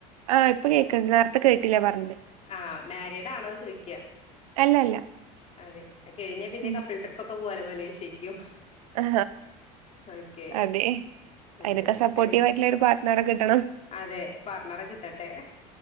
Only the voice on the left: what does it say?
ആഹ് മാരിഡാണോ ചോയ്ക്ക
അതെ കഴിഞ്ഞാ പിന്നെ
കപ്പിൾ ട്രിപ്പ് ക്കെ പോവാലോ മലേഷ്യക്കും
ഓക്കെ
അതെ
അപ്പൊ
അതെ പർണറെ കിട്ടട്ടെ അപ്